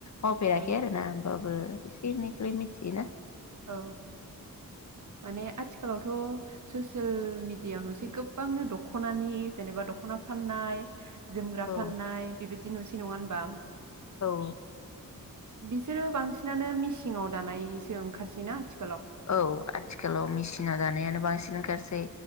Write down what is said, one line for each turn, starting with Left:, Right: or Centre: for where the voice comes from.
Left: मावफेराखै
Right: औ
Left: आरो ना होमबाबो एसे एनै <unintelligible> मिथियोना
Right: औ माने आथि खालावथ' ससियेल मिडियाव नुसै गोबांनो दख'नानि जेनेबा दख'ना फाननाय जोमग्रा
Left: औ
Right: फाननाय बेबाय दि नुसै नङा होनबा?
Left: औ।
Right: बिसोरो बांसिनानो मिसिङाव दानायसो ओंखारसैना आथिख
Left: औ आथिखालाव मेसिनाव दानायानो बांसिन ओंखारसै।